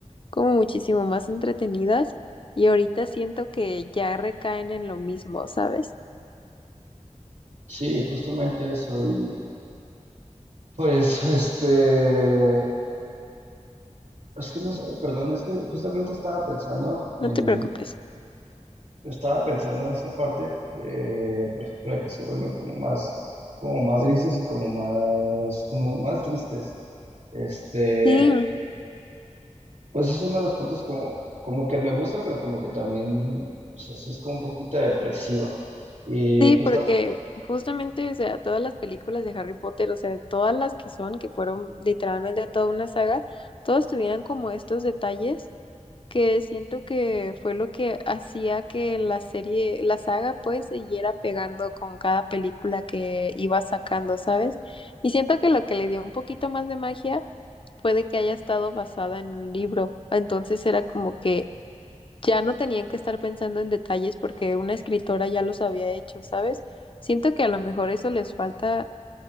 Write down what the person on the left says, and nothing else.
como muchísimo más entretenidas y ahorita siento que ya recaen en lo mismo, ¿sabes?
No te preocupes.
Sí,
Sí,
porque justamente, o sea, todas las películas de Harry Potter, o sea, todas las que son, que fueron literalmente toda una saga, todas tuvieran como estos detalles que siento que fue lo que hacía que la serie, la saga, pues, siguiera pegando con cada película que iba sacando, ¿sabes? Y siento que lo que le dio un poquito más de magia fue de que haya estado basada en un libro. Entonces era como que ya no tenían que estar pensando en detalles porque una escritora ya los había hecho, ¿sabes? Siento que a lo mejor eso les falta,